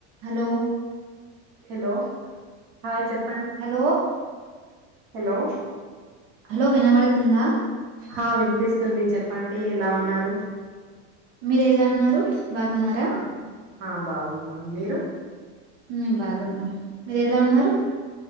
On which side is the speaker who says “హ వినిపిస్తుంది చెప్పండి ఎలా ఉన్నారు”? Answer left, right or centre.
Right